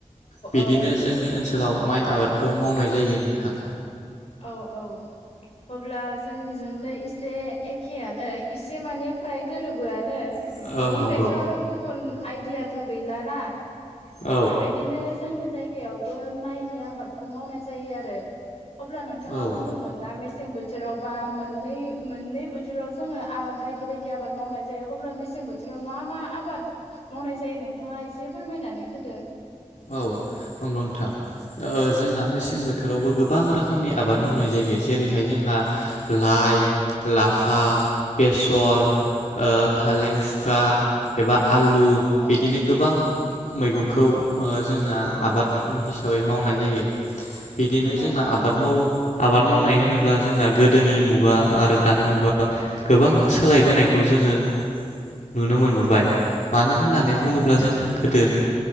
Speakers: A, on the left; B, on the left.
A: बिदिनो
B: औ
A: जोंनि ओनसोलाव माइ आबादखौ मावनाय जायो नोंथां।
B: औ औ अब्ला जोंनिजोंनो इ से एखेयानो एसे माने फ्राय गोरोबोआनो।
A: औ
B: बेनिफ्रायथ'
A: नंगौ
B: आरो गुबुन आइदियाथ' गैलाना
A: औ
B: बेफोरबायदिनो जोंनि जायगायावबो माइनि आबादखौ मावनाय जायो आरो अब्ला नोंथाङा
A: औ
B: बुंदोंमोन ना मेसें बो थोराव बा मोननै मोननै बोथोराव जोङो आ बायदि बायदि आबाद मावनाय जायो अब्ला मेसें बोथोराव मा मा आबाद मावनाय जायो नोंथाङा एसे फोरमायनानै होदो।
A: औ नंगौ नोंथां ओ जोंना मेसें बोथोरावबो गोबां रोखोमनि आबाद मावनाय जायो जेरैहाय जोंहा लाइ, लाफा, बेसर ओ फालें, सुखा एबा आलु
B: औ
A: बिदिनो गोबां मैगंखौ ओ जोंना आबाद हिसाबै मावनाय जायो। बिदिनो जोंना
B: औ
A: आबाद
B: औ
A: मावो आबाद मावनाय होनोब्ला जोंना गोदोनि मुगा आरो दानि मुगा गोबां सोलायबोनायखौ जोङो नुनो मोनबोबाय। मानो होननानै
B: औ
A: बुङोब्ला जों गोदो